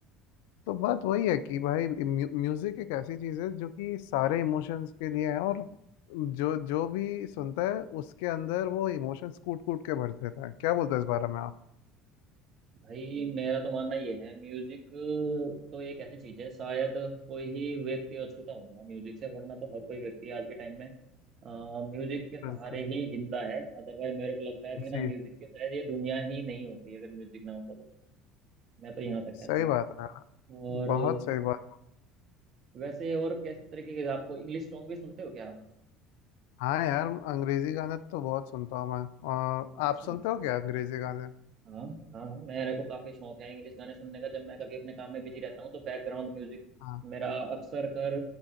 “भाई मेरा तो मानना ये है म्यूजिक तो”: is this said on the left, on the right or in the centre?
Right